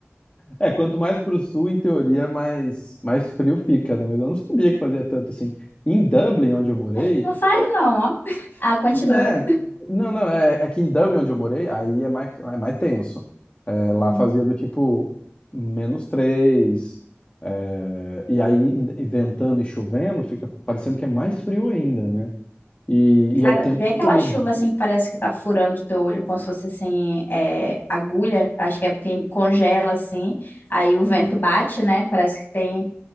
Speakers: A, on the left; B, on the left.
A: É, quanto mais pro sul, em teoria, mais, mais frio fica, né? Mas eu não sabia que fazia tanto assim. Em Dublin, onde eu morei,
B: Acho que não faz, não, ó. Ah, continua.
A: É, não, não, é, é que em Dublin, onde eu morei, aí é mais, é mais tenso. É, lá
B: Hum.
A: fazia do tipo menos três, é, e aí in- e ventando e chovendo, fica parecendo que é mais frio ainda, né? E, e
B: Cara,
A: é o tempo
B: vem aquela
A: todo.
B: chuva assim que parece que tá furando o teu olho, como se fosse assim, é, agulha. Acho que é porque congela assim, aí o vento bate, né? Parece que tem.